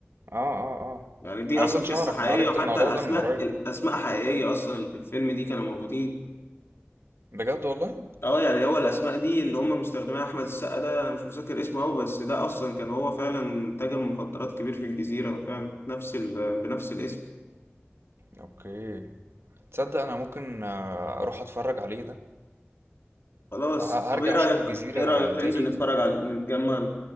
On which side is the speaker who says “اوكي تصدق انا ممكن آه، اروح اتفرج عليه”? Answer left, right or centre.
Right